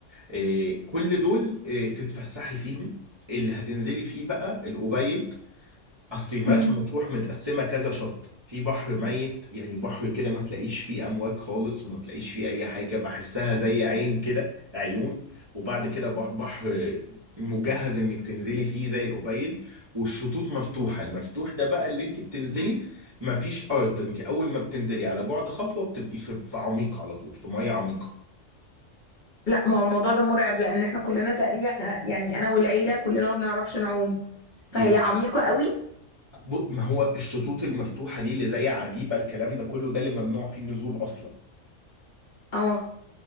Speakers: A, on the right (about 30°); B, on the left (about 50°).
A: آه، كل دول آه، تتفسحي فيهم اللي هتنزلي فيه بقى الأوبيد اصلي مرسى
B: مم.
A: مطروح متقسمه كذا شط في بحر ميت يعني بحر كده ما تلاقيش فيه امواج خالص وما تلاقيش فيه اي حاجه بحسها زي عين كده عيون وبعد كده بح- بحر مجهز انك تنزلي فيه زي الأبيض والشطوط مفتوحه المفتوح ده بقى اللي انت بتنزلي ما فيش ارض انت اول ما بتنزلي على بعد خطوه بتبقي في في عميق على طول في ميه عميقه
B: لا ما هو الموضوع ده مرعب لان احنا كلنا تقريبا يعني انا والعيله كلنا ما بنعرفش نعوم فهي
A: يبقى
B: عميقه قوي
A: ب- ما هو الشطوط المفتوحه دي اللي زي عجيبه الكلام ده كله ده اللي ممنوع فيه النزول اصلا
B: اه